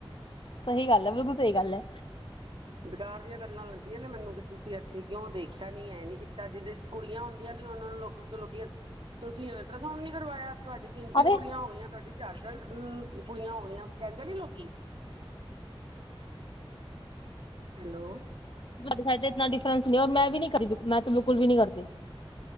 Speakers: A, on the left (about 55°); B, on the right (about 65°).
A: ਸਹੀ ਗੱਲ ਹੈ ਬਿਲਕੁਲ ਸਹੀ ਗੱਲ ਹੈ
B: ਬੇਕਾਰ ਦੀਆਂ ਗੱਲਾਂ ਲੱਗਦੀਆਂ ਨੇ ਮੈਨੂੰ ਕਿ ਤੁਸੀਂ ਇੱਥੇ ਕਿਉਂ ਦੇਖਿਆ ਨੀ ਇਹ ਨੀ ਕੀਤਾ ਜਿਹਦੇ ਕੁੜੀਆਂ ਹੁੰਦੀਆਂ ਨੇ ਉਹਨਾਂ ਨੂੰ ਲੋਕ ਲੋਕ ਤੁਸੀਂ ਅਲਟਰਾਸਾਊਂਡ ਨੀ ਕਰਵਾਇਆ ਤੁਹਾਡੀ ਤਿੰਨ ਤਿੰਨ
A: ਅਰੇ
B: ਕੁੜੀਆਂ ਹੋ ਗਈਆਂ ਤੁਹਾਡੀ ਚਾਰ ਚਾਰ ਕੁੜੀਆਂ ਹੋ ਗਈਆਂ ਕਹਿੰਦੇ ਨੀ ਲੋਕੀ ਹੈਲੋ
A: ਸਾਹਾਡੇ ਸਾਈਡ ਤੇ ਇਨਾ ਡਿਫਰੈਂਸ ਨਹੀਂ ਔਰ ਮੈਂ ਵੀ ਨੀ ਕਰਦੀ ਮੈਂ ਤੇ ਬਿਲਕੁਲ ਵੀ ਨੀ ਕਰਦੀ